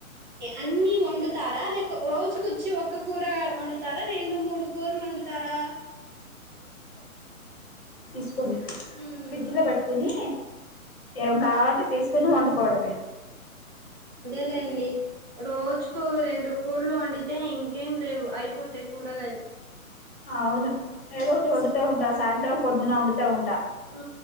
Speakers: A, on the right; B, on the left.
A: అన్ని వండుతారా లేక రోజుకొచ్చి ఒక్క కూర వండుతారా రెండు మూడు కూరలు వండుతారా
B: తీసు ని
A: ఉమ్
B: ఫ్రిడ్జ్ లో పెట్టుకొని ఏం కావాలంటే తీసుకుని వండిపోవడమే
A: ండి <unintelligible> రోజుకు రెండు కూర్లు వండి అయితే ఇంకేం లేవు అయిపోతే కూరగాయలు
B: అవును ఏదో ఒకటి వండుత ఉంటా సాయంత్రం పొద్దున వండుత స్త ఉంటా
A: ఉ